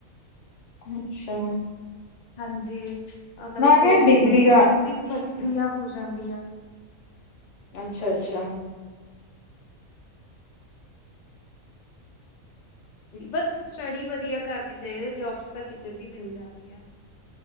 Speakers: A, on the left; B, on the left.
A: ਅੱਛਾ।
B: ਹਾਂਜੀ। ਮਤਲਬ
A: ਮੈਂ ਕਿਹਾ
B: ਪੇਮੈਂਟ
A: ਡਿਗਰੀ
B: ਇਨਕਮ
A: ਆ
B: ਵੀ ਹੋ ਜਾਂਦੀਆ।
A: ਅੱਛਾ
B: <unintelligible>
A: ਅੱਛਾ
B: ਬਸ ਸਟੱਡੀ ਵਧੀਆ ਕਰਨੀ ਚਾਹੀਦਾ ਜੋਬਸ ਤਾਂ ਕਿਤੇ ਵੀ ਮਿਲ ਜਾਂਦੀ ਆ।